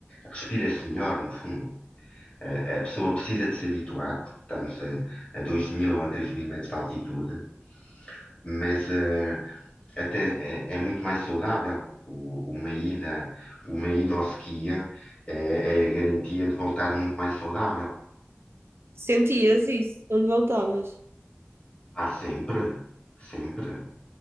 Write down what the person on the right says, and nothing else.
Sentias isso? Quando voltavas.